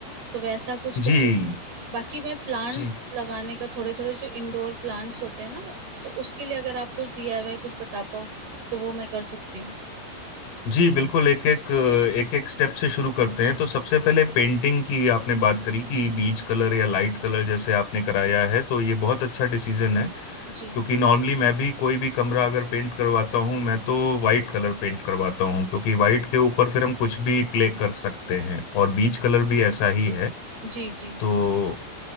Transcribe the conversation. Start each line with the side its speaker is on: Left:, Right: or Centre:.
Right: तो वैसा कुछ
Left: जी
Right: कर रही हूँ। बाकी मैं प्लांट्स
Left: जी
Right: लगाने का थोड़े थोड़े जो इंडोर प्लांट्स होते हैं ना तो उसके लिए अगर आप कुछ डीआईवाई कुछ बता पाओ तो वो मैं कर सकती हूँ
Left: जी बिल्कुल एक एक एक एक स्टेप से शुरू करते हैं तो सबसे पहले पेंटिंग की आपने बात करी कि बीज कलर या लाइट कलर जैसे आपने कराया है तो ये बहुत अच्छा डिसीजन है क्योंकि
Right: जी
Left: नॉर्मली मैं भी कोई भी कमरा अगर पेंट करवाता हूँ मैं तो वाइट कलर पेंट करवाता हूँ क्योंकि वाइट के ऊपर फिर हम कुछ भी प्ले कर सकते हैं और बीज कलर भी ऐसा ही है
Right: जी जी
Left: तो